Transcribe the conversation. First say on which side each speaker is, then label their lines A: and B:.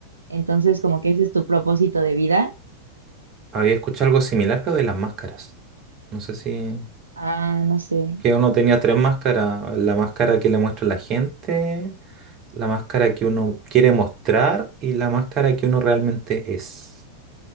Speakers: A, on the right; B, on the right.
A: Entonces, como que ese es tu propósito de vida.
B: Había escuchado algo similar, pero de las máscaras. No sé si...
A: Ah, no sé.
B: Que uno tenía tres máscaras. La máscara que le muestra la gente, la máscara que uno quiere mostrar y la máscara que uno realmente es.